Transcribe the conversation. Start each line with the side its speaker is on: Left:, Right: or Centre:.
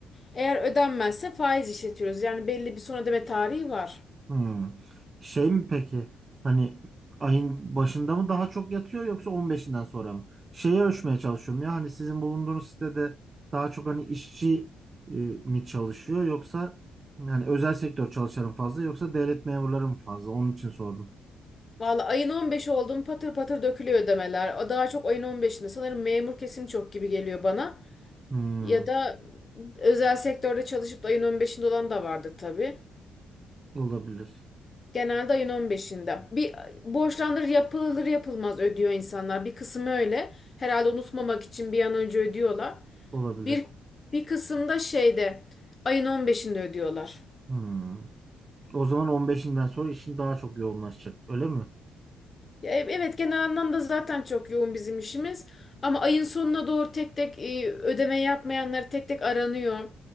Left: Eğer ödenmezse faiz işletiyoruz. Yani belli bir son ödeme tarihi var.
Right: Hmm. Şey mi peki hani ayın başında mı daha çok yatıyor yoksa 15'inden sonra mı? Şeyi ölçmeye çalışıyorum ya hani sizin bulunduğunuz sitede daha çok hani işçi e, mi çalışıyor yoksa hani özel sektör çalışanı mı fazla yoksa devlet memurları mı fazla? Onun için sordum.
Left: Valla ayın 15'i oldu mu patır patır dökülüyor ödemeler. O daha çok ayın 15'inde. Sanırım memur kesim çok gibi geliyor bana.
Right: Hmm.
Left: Ya da özel sektörde çalışıp da ayın 15'inde olan da vardır tabii.
Right: Olabilir.
Left: Genelde ayın 15'inde. Bir borçlandır yapılır yapılmaz ödüyor insanlar. Bir kısmı öyle. Herhalde unutmamak için bir an önce ödüyorlar.
Right: Olabilir.
Left: Bir bir kısımda şeyde ayın 15'inde ödüyorlar.
Right: Hmm. O zaman 15'inden sonra işin daha çok yoğunlaşacak öyle mi?
Left: Ya e- Evet genel anlamda zaten çok yoğun bizim işimiz. Ama ayın sonuna doğru tek tek e, ödeme yapmayanlar tek tek aranıyor.